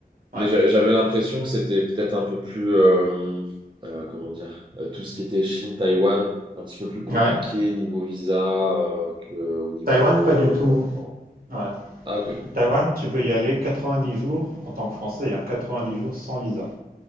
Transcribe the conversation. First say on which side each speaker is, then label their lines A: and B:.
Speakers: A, on the right; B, on the right.
A: mais
B: Ouais.
A: j'a- j'avais l'impression que c'était peut-être un peu plus, euh, euh, comment dire, euh, tout ce qui était Chine, Taïwan, un petit peu plus compliqué
B: Ouais.
A: niveau visa euh, que, au niveau.
B: Taïwan, pas
A: euh,
B: du tout.
A: bon.
B: Ouais.
A: Ah ok,
B: Taïwan, tu peux y aller 90 jours en tant que Français, hein, 90 jours sans visa.